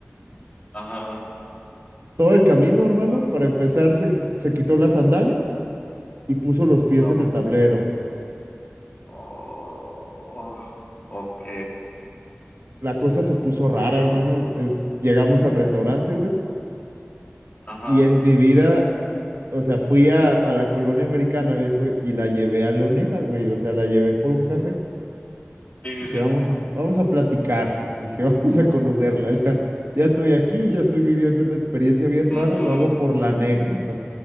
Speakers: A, on the left; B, on the right.
A: Ajá,
B: Todo el camino, hermano,
A: Dios
B: para empezar,
A: mío.
B: se, se quitó las sandalias y puso los pies
A: No.
B: en el tablero.
A: Oh, ok.
B: La cosa se puso rara,
A: Y,
B: hermano. Eh, llegamos al restaurante, güey,
A: ajá.
B: y en mi vida, o sea, fui a, a la colonia americana, viejo, y la llevé a Leonela, güey, o sea, la llevé por un café.
A: Sí, sí,
B: Dije,
A: sí.
B: vamos a, vamos a platicar, <laughs> dije, vamos a conocerla, ya, ya estoy aquí, ya estoy viviendo una experiencia bien
A: Ujú.
B: raro, lo hago por la anécdota.